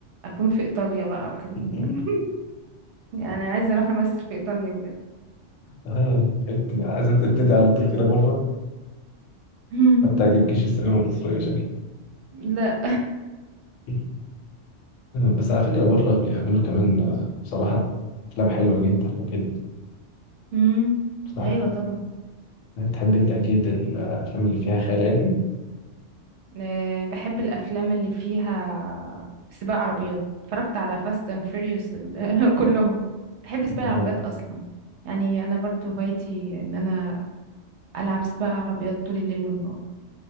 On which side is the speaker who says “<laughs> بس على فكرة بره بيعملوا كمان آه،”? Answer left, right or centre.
Left